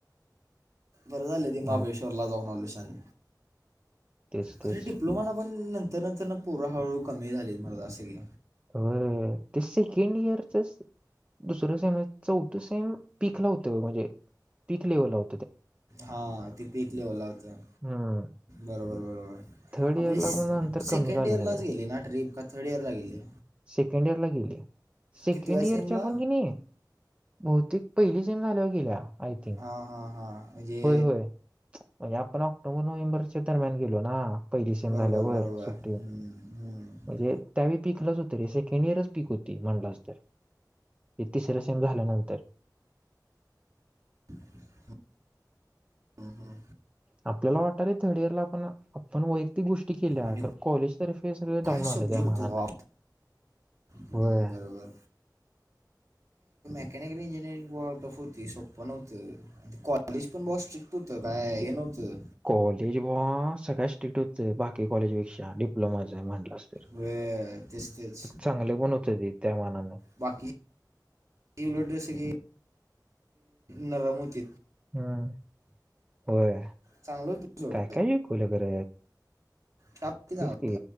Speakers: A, on the right; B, on the right.
A: बरं झालं ते महाबळेश्वरला
B: अं,
A: जाऊन आलोय. चालेल
B: तेच
A: खर
B: तेच
A: डिप्लोमाला पण न तर नंतरन पोर हळूहळू कमी झाली मर्दा सगळी.
B: होय ते सेकंड इयरचच दुसरंच चौथ सेम पीकला होत बघ म्हणजे पिक लेवल ला हो
A: हां ते पीक लेवल ला होतं
B: हम्म
A: बरोबर बरोबर
B: थर्ड इयरला
A: आपली
B: पण नंतर कमी
A: सेकंड
B: झालं
A: इयरलाच
B: सगळं
A: गेली ना ट्रीप का थर्ड इयरला गेली?
B: सेकंड इयरला गेली सेकंड
A: कितव्या
B: इयरच्या
A: सेमला
B: पण की नाही बहुतेक पहिली सेम झाल्यावर गेल्या. आय थिंक
A: हां हां हां म्हणजे
B: होय होय म्हणजे आपण ऑक्टोबर नोव्हेंबरच्या दरम्यान गेलो ना पहिली सेम
A: बरोबर
B: झाल्यावर
A: बरोबर
B: सुट्टी
A: हम्म,
B: म्हणजे
A: हम्म.
B: त्यावेळी पिकलच होत तरी सेकंड इयरच पीक होती म्हणलास तर हे तिसरे सेम झाल्यानंतर
A: ह्म्म ह्म्म.
B: आपल्याला वाटायल थर्ड इयर ला आपण आपण वैय क्तिक गोष्टी केल्या
A: आणि
B: तर कॉलेज तर्फे सगळ डाऊन
A: काय
B: आलं
A: सब्जेक्ट
B: त्या मानान,
A: होतं बाप. हम्म,
B: व्हय.
A: बरोबर कॅनकनी इंजीनियरिंग वर्क टफ होती सोप्प नव्हतं कॉल कॉलेश पण ब स्ट्रिक्ट होतं काय हे नव्हतं.
B: कॉलेज बुवा सगळ्या स्ट्रिक्ट होतं बाकी कॉलेजपेक्षा डिप्लोमाच म्हण असतेर
A: वे तेच तेच
B: चांगले पण होते ते त्या मानानं
A: बाकी इनबरटर सगळे नरम होतेत
B: हम्म होय
A: चांगलं होतं सोड
B: काय काय आहे खुल्यागर
A: टाप ते चांगलं
B: फिस
A: होतं.
B: की